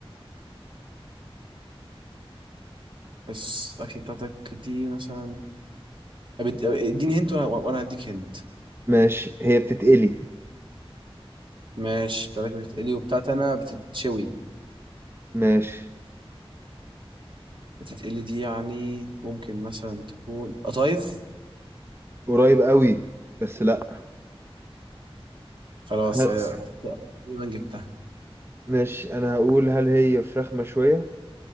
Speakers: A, on the right; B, on the right.
A: بس اكلتك دي مثلا طب اد- اديني هنت وانا وأنا هديك هنت
B: ماشي هي بتتقلي
A: ماشي بتاعتك بتتقلي وبتاعت انا بتتشوي
B: ماشي
A: بتتقلي دي يعني ممكن مثلا تكون قطايف
B: قريب قوي بس لا
A: خلاص
B: هل... خلاص
A: هي تقريبا جبتها
B: ماشي انا هقول هل هي فراخ مشوية